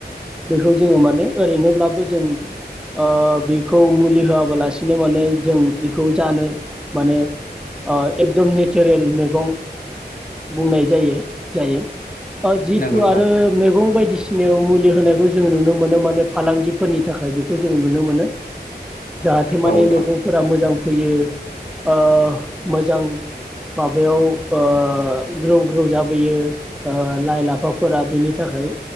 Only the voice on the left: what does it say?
नंगौ नोंथां
औ नोंथां